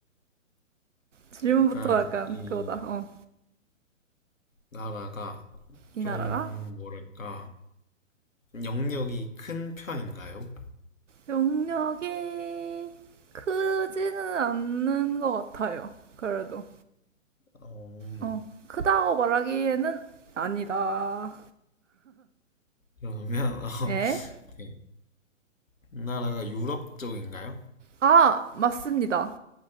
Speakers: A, on the right; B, on the left.
A: 질문부터
B: 일단
A: 약간
B: 이
A: 그거다. 어.
B: 나라가
A: 이
B: 좀
A: 나라가
B: 뭐랄까 영역이 큰 편인가요?
A: 용력이 크지는 않는 것 같아요. 그래도.
B: 어,
A: 어. 크다고 말하기에는 아니다.
B: 그러면 <laughs> 어,
A: 예?
B: 오케이. 나라가 유럽 쪽인가요?
A: 아, 맞습니다.